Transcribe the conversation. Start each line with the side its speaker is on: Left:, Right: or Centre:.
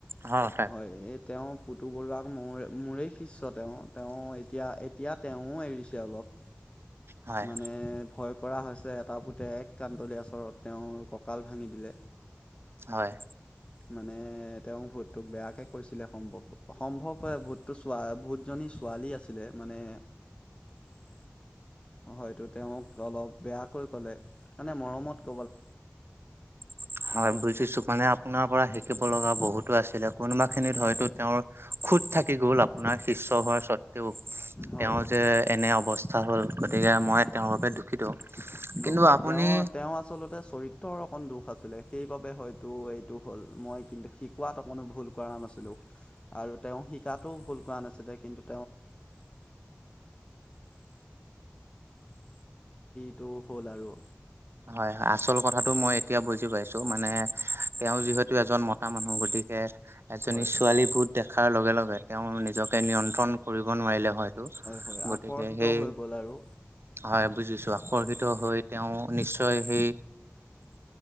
Right: হ
Left: হয় এই তেওঁ পুতু বৰুৱাক ম মোৰে শিষ্য তেওঁ তেওঁ এতিয়া এতিয়া তেওঁ এৰিছে অলপ
Right: হয়
Left: মানে ভয় কৰা হৈছে এটা পুতে এক কানদলী আচৰত তেওঁৰ কঁকাল ভাঙি দিলে
Right: হয়
Left: মানে তেওঁ ভূতটোক বেয়াকে কৈছিলে সম্ভৱ সম্ভৱ হয় ভূততো চোৱা ভহত জনী ছোৱালী আছিলে মানে হয়তো তেওঁক অলপ বেয়াকৈ ক'লে মানে মৰমত
Right: <inaudible> হয় বুজিছো মানে আপোনাৰ পৰা শিকিব লগা বহুতো আছিলে খোজ
Left: হয় হয়।
Right: থাকি গ'ল আপোনাৰ শিষ্য হোৱাৰ স্বত্বেও
Left: হয়
Right: তেওঁ
Left: হয়।
Right: যে এনে অৱস্থা হল গতিকে মই তেওঁৰ বাবে দুখিত কিন্তু
Left: নহয়
Right: আপুনি
Left: তেওঁ তেওঁ আচলতে চৰিত্ৰৰ অকন দুখ আছিলে সেইবাবে হয়তো এইটো হ'ল মই কিন্তু শিকোৱাত অকণো ভুল কৰা নাছিলোঁ আৰু তেওঁ শতিকাতো ভুল কৰা নাছিলে কিন্তু তেওঁ টো হ'ল আৰু
Right: হয় হয় আচল কথাটো মই এতিয়া বুজি পাইছো মানে তেওঁ যিহেতু এজন মতা মানুহ গতিকে এজনী
Left: হয়
Right: ছোৱালী ভোট দেখাৰ লগে লগে তেওঁ নিজকে নিয়ন্ত্ৰণ কৰিব নোৱাৰিলে হয়
Left: হয়
Right: গতিকে
Left: আকৰ্ষিত
Right: সেই
Left: হৈ গ'ল আৰু
Right: হয় বুজিছো আকৰ্ষিত হৈ তেওঁ নিশ্চয় সেই